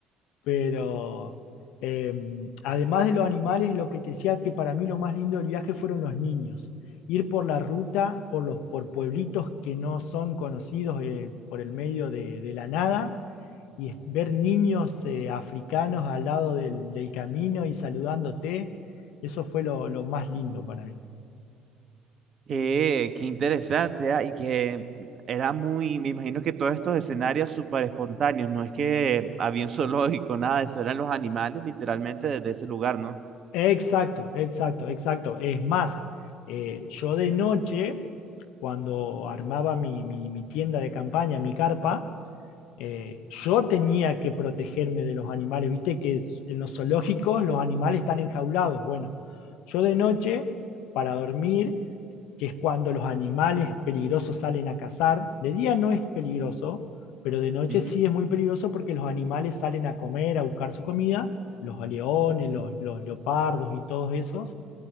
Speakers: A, on the left; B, on the right.
A: Pero eh, además de los animales, lo que te decía que para mí lo más lindo del viaje fueron los niños. Ir por la ruta, por los por pueblitos que no son conocidos eh, por el medio de, de la nada, y es- ver niños eh, africanos al lado del, del camino y saludándote, eso fue lo, lo más lindo para mí.
B: Qué, qué interesante, ah, Y que era muy, me imagino que todos estos escenarios súper espontáneos, no es que había un zoológico, nada de eso, eran los animales literalmente desde ese lugar, ¿no?
A: Exacto, exacto, exacto. Es más, eh, yo de noche, cuando armaba mi, mi mi tienda de campaña, mi carpa, eh, yo tenía que protegerme de los animales, viste que es- en los zoológicos los animales están enjaulados. Bueno, yo de noche, para dormir, que es cuando los animales peligrosos salen a cazar, de día no es peligroso, pero de noche
B: Ujú.
A: sí es muy peligroso porque los animales salen a comer, a buscar su comida, los leones, los, los leopardos y todos esos.